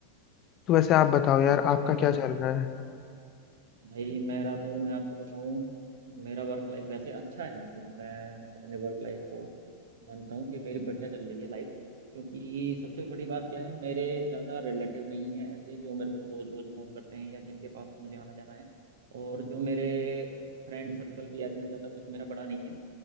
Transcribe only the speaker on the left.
तो वैसे आप बताओ यार
आपका
क्या चल रहा है